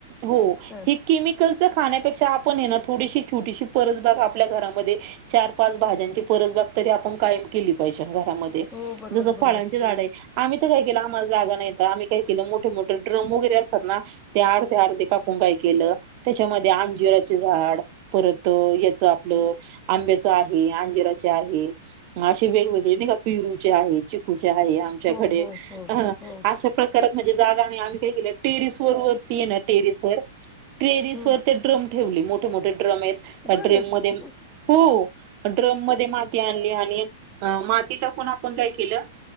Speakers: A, on the right; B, on the left.
A: हो
B: हां.
A: ह केमिकलच खाण्यापेक्षा आपण ना थोडीशी छोटीशी परसबाग आपल्या घरामध्ये चार, पाच वाजलेत सबपाच भाज्यांची परसबाग तरी आपण कायम केली पाहिजे घरामध्ये
B: हो बरोबर
A: जस
B: बरोबर
A: फळांची झाड ए आम्ही तर काही केलं, आम्हाला जागा नाही तर आम्ही काही केलं, मोठे मोठे ड्रम वगैरे असतात ना ते अर्धे अर्धे कापून काय केलं त्याच्यामध्ये आंजीराचे झाड. परत याच आपलं आंब्याच आ ''--'' हे अंजराचे आहे असे वेगवेगळे पिरूचे आहे चिकूचे आहे. आमच्याकडे
B: हो हो हो
A: ह
B: हो
A: असं. प्रकारात म्हणजे जागा नाही आम्ही काय केलं टेरेस वर वरती ये ना टेरेस वर. ट्रेरीस
B: हम्म
A: वर ते ड्रम ठेवले मोठे-मोठे ड्रम आहेत. त्या
B: बरं
A: ड्रेम मध्ये
B: हं,
A: हो, ड्रम मध्ये माती आणली आणि अ माती टाकून आपण काय केलं.